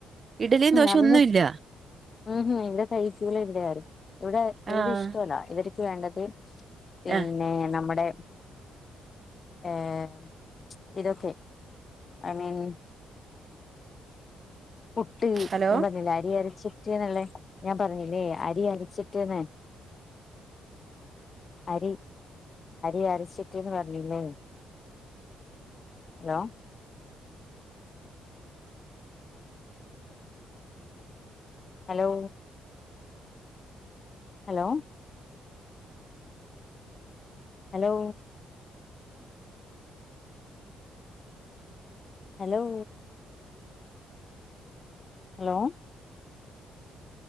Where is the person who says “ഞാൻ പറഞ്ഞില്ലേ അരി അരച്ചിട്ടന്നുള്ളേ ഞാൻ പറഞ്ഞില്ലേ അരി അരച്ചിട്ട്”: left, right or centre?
Left